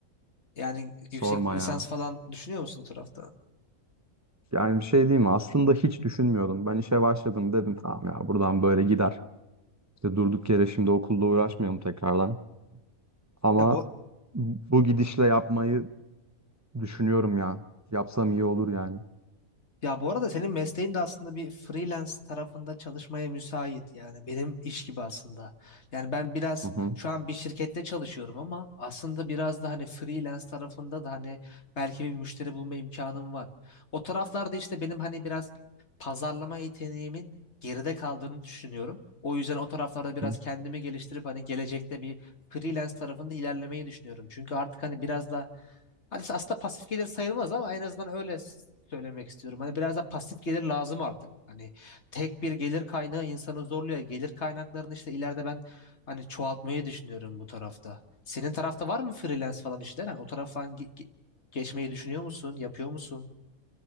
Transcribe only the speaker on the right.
sorma
ya.
Yani bir şey diyeyim mi? Aslında hiç düşünmüyordum. Ben işe başladım dedim tamam ya buradan böyle gider. İşte durduk yere şimdi okulla uğraşmayalım tekrardan. Ama
bu gidişle yapmayı düşünüyorum ya. Yapsam iyi olur yani.
Hı hı.
hı.